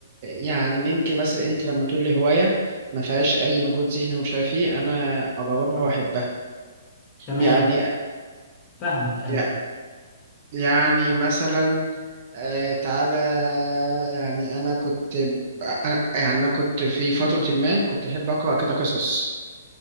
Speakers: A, on the right; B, on the left.
A: يعني ممكن مثلا انت لما تقول لي هوايه ما فيهاش اي مجهود ذهني ومش عارف ايه انا اجربها واحبها
B: تمام
A: يعني
B: فاهمك ايوه
A: يع- يعني مثلا آه، تعالى يعني انا كنت انا يعني انا كنت في فتره ما كنت احب اقرا كده قصص